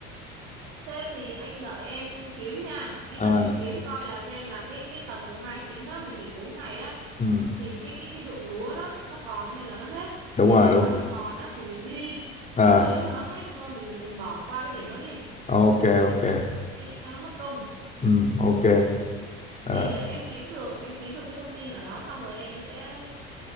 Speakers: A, on the right (about 80°); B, on the left (about 25°).
A: thế thì anh đợi em kiếm nha anh
B: <laughs>
A: đợi
B: À.
A: em kiếm coi là xem là cái cái tầm mùng hai chín đó mình nghỉ 4 ngày đó
B: ừ,
A: thì cái cái cái ruộng lúa đó nó còn hay là nó hết
B: đúng
A: thì
B: rồi
A: nếu
B: đúng
A: mà nó
B: rồi
A: còn á thì mình mới đi
B: à
A: chứ nếu mà nó hết thì thôi mình mình bỏ qua cái điểm đó đi
B: ok
A: mình đừng
B: ok
A: có đi cho nó mất công
B: ừ, ok à,
A: thì để em kiếm được em kiếm được cái thông tin ở đó xong rồi em sẽ